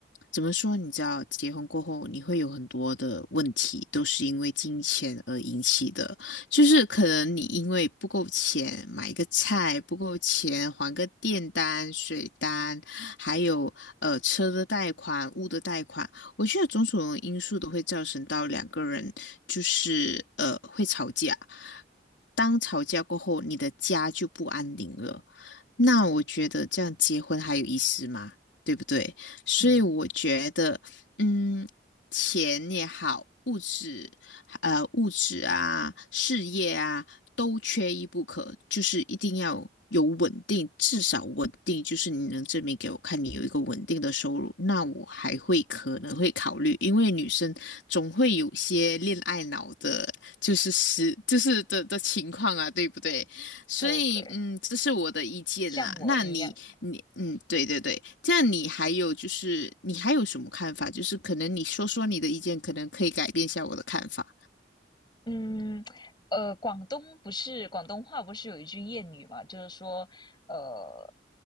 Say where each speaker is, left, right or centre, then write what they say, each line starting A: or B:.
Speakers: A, on the left; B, on the left.
A: 怎么说？你知道，结婚过后你会有很多的问题，都是因为金钱而引起的。就是可能你因为不够钱买一个菜，不够钱还个电单、水单，还有呃车的贷款、物的贷款，我觉得种种因素都会造成到两个人就是呃会吵架。当吵架过后，你的家就不安宁了。那我觉得这样结婚还有意思吗？对不对？所以我觉得，
B: 嗯，
A: 嗯，钱也好，物质。呃物质啊、事业啊都缺一不可，就是一定要有稳定，至少稳定，就是你能证明给我看你有一个稳定的收入，那我还会可能会考虑，因为女生总会有些恋爱脑的，就是是就是的的情况啊，对不对？所以，
B: 对对，
A: 嗯，这是我的意见啦。
B: 像我一样，
A: 那你，你，嗯，对对对，这样你还有就是，你还有什么看法？就是可能你说说你的意见，可能可以改变一下我的看法。
B: 嗯，呃，广东不是广东话不是有一句谚语嘛，就是说，呃，